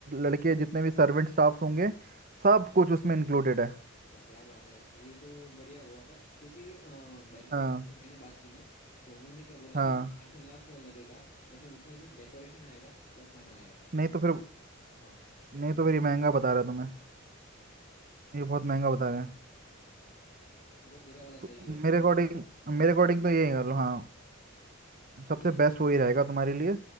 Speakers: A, on the right; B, on the left.
A: लड़के जितने भी सर्वेंट स्टाफ्स होंगे
B: हाँ
A: सब कुछ उसमें इंक्लूडेड है
B: अच्छा क्या बात है ये तो बढ़िया हुआ क्या क्योंकि बैंकेट
A: हाँ
B: हॉल से मैंने बात की ना तो उन्होंने क्या बोला
A: हाँ
B: कि आठ लाख लगेगा लेकिन उसमें सिर्फ डेकोरेशन आएगा और खाना आएगा
A: नहीं तो फिर
B: तो हाँ
A: नहीं तो फिर ये महंगा बता रहा है तुम्हें
B: अच्छा
A: ये बहुत महंगा बता रहे हैं
B: हाँ तो तेरा वाला
A: तो
B: सही है तेरे
A: मेरे अकॉर्डिंग
B: वाले हाँ
A: मेरे अकॉर्डिंग तो यही कर लो हाँ सबसे
B: तो वही करते
A: बेस्ट वही
B: हैं
A: रहेगा तुम्हारे लिए